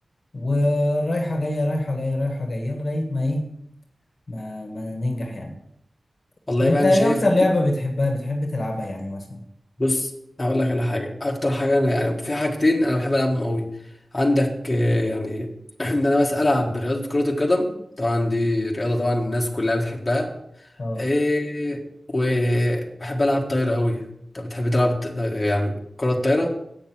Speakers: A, on the left; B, on the left.
A: ورايحة جاية رايحة جاية رايحة جاية لغاية ما ايه ما, ما ننجح يعني
B: والله
A: طب انت
B: بقى انا
A: ايه
B: شايف
A: اكتر لعبة بتحبها بتحب تلعبها يعني مثلا
B: بص هقول لك على حاجه اكتر حاجه انا يعني في حاجتين انا بحب العبهم قوي عندك آه، يعني <clears throat> ان انا بس العب رياضه كره القدم طبعا دي رياضه طبعا الناس كلها بتحبها
A: اه
B: إيه وبحب العب طايره قوي انت بتحب تلعب الط- يعني كره الطايره